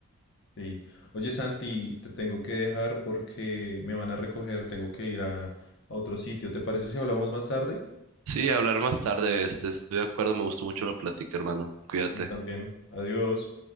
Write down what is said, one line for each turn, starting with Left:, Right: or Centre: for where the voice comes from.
Left: Sí. Oye, Santi, te tengo que dejar porque me van a recoger, tengo que ir a, a otro sitio. ¿Te parece si hablamos más tarde?
Right: Sí, hablar más tarde, este, estoy de acuerdo, me gustó mucho la plática, hermano. Cuídate.
Left: También. Adiós.